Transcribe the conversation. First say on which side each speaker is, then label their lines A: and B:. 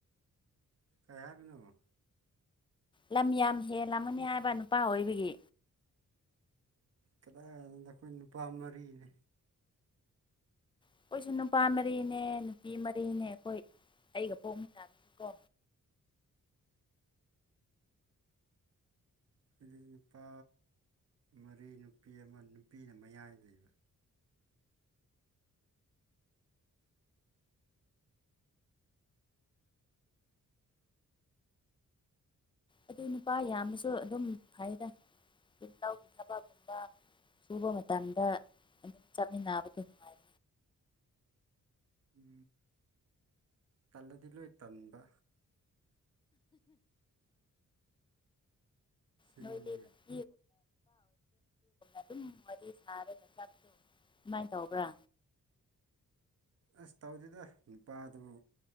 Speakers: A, on the right; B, on the left.
A: ꯀꯩꯍ ꯍꯥꯏꯕꯅꯣ
B: ꯂꯝ ꯌꯥꯝ ꯍꯦꯜꯂꯝꯒꯅꯤ ꯍꯥꯏꯕ ꯅꯨꯄꯥ ꯑꯣꯏꯕꯒꯤ
A: ꯀꯗꯥꯏꯗ ꯑꯩꯈꯣꯏ ꯅꯨꯄꯥ ꯃꯔꯤꯅꯦ
B: ꯑꯩꯈꯣꯏꯁꯨ ꯅꯨꯄꯥ ꯃꯔꯤꯅꯦ ꯅꯨꯄꯤ ꯃꯔꯤꯅꯦ ꯑꯩꯈꯣꯏ ꯑꯩꯒ ꯄꯣꯛꯃꯤꯟꯅꯕ ꯀꯣ
A: ꯑꯩꯗꯤ ꯅꯨꯄꯥ ꯃꯔꯤ ꯅꯨꯄꯤ ꯑꯃ ꯅꯨꯄꯤꯅ ꯃꯌꯥꯏ ꯂꯩꯕ
B: ꯑꯗꯨ ꯅꯨꯄꯥ ꯌꯥꯝꯃꯁꯨ ꯑꯗꯨꯝ ꯐꯩꯌꯦꯗ ꯂꯧꯒꯤ ꯊꯕꯛꯇ ꯁꯨꯕ ꯃꯇꯝꯗ ꯆꯠꯃꯤꯟꯅꯕꯗꯣ ꯅꯨꯡꯉꯥꯏ
A: ꯎ ꯇꯜꯂꯗꯤ ꯂꯣꯏ ꯇꯟꯕ ꯑꯁꯦꯡꯕꯅꯦ
B: ꯅꯣꯏꯗ ꯑꯗꯨꯝ ꯋꯥꯔꯤ ꯁꯥꯔꯒ ꯁꯃꯥꯏꯅ ꯇꯧꯕ꯭ꯔꯥ
A: ꯑꯁ ꯇꯧꯗꯦꯗ ꯅꯨꯄꯥꯗꯕꯨ